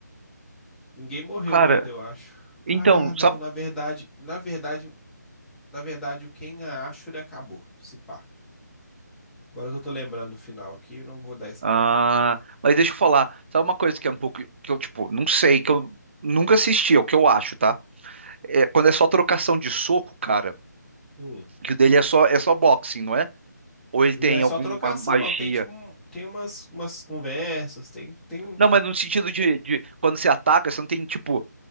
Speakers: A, in the centre; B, on the right.
A: Ninguém morreu
B: Cara,
A: ainda, eu acho. Ah,
B: então,
A: não,
B: sabe?
A: na verdade, na verdade Na verdade, o Kengan Ashura acabou, se pá. Agora que eu tô lembrando do final aqui, eu não vou dar spoiler.
B: Ah, mas deixa eu falar. Sabe uma coisa que é um pouco que eu, tipo, não sei, que eu nunca assisti, é o que eu acho, tá? É quando é só trocação de soco, cara,
A: Hum.
B: que o dele é só é só boxing, não é? Ou ele
A: Não
B: tem
A: é só
B: alguma
A: trocação,
B: magia?
A: não. Tem tipo, um- tem umas, umas conversas, tem, tem. um,
B: Não, mas no sentido de, de quando você ataca, você não tem, tipo,